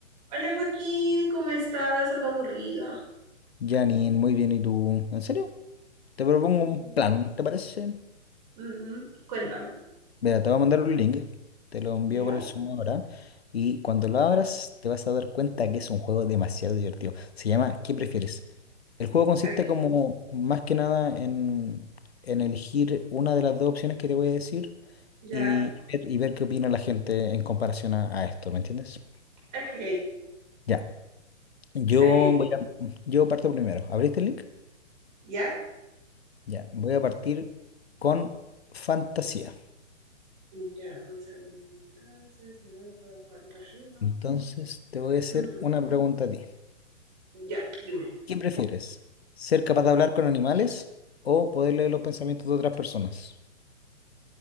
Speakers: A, on the right; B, on the left.
A: Hola Joaquín, ¿cómo estás? Ando aburrida.
B: Janine, muy bien, ¿y tú? ¿En serio? Te propongo
A: Mm,
B: un plan, ¿te parece?
A: Ujú, Cuéntame.
B: Mira, te voy a mandar un link, te lo envío
A: Ya,
B: por el Zoom ahora, y cuando lo
A: ya,
B: abras te vas a dar cuenta que es un juego demasiado divertido. Se llama ¿Qué prefieres?
A: ok,
B: El juego consiste
A: Ok,
B: como más que nada en, en elegir una de las dos opciones que te voy a decir
A: ya.
B: y ver, y ver qué opina la gente en comparación a, a esto, ¿me entiendes?
A: Ok,
B: Ya, yo
A: ok,
B: voy a, yo parto primero. ¿Abriste el link?
A: ya.
B: Ya, voy a partir con fantasía.
A: ya, un segundo entonces, me voy para fantasía.
B: Entonces, te voy a hacer
A: Ujú,
B: una pregunta a ti.
A: Ya, dime.
B: ¿Qué prefieres? ¿Ser capaz de hablar con animales o poder leer los pensamientos de otras personas?